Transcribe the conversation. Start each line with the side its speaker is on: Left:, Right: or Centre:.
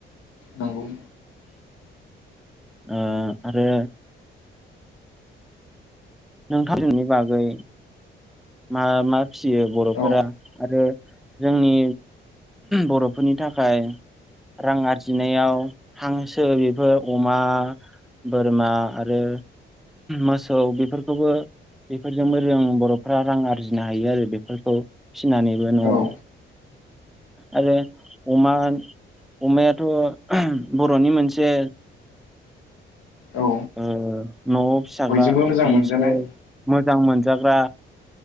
Left: नंगौ
Centre: ओ आरो नोंथांमोननि बागै मा मा फियो बर'फोरा
Left: औ
Centre: आरो जोंनि बर'फोरनि थाखाय रां आरजिनायाव हांसो बेफोर अमा बोरमा आरो मोसौ बेफोरखौ बे खौबो बेफोरजोंबो रों बर'फ्रा रां आरजिनो हायो आरो बेफोरखौ फिनानैबो न'आव
Left: औ
Centre: आरो अमा अमायाथ' ओ बर'नि मोनसे
Left: औ
Centre: ओ न'आव फिसाग्रा
Left: बयजोंबो मोजां
Centre: मोनसे
Left: मोनजानाय
Centre: मोजां मोनजाग्रा